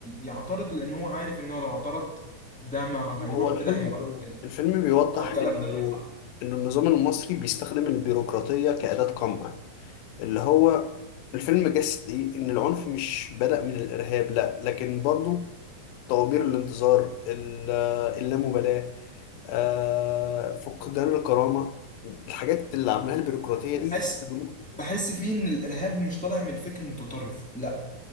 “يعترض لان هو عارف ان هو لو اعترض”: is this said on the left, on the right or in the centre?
Centre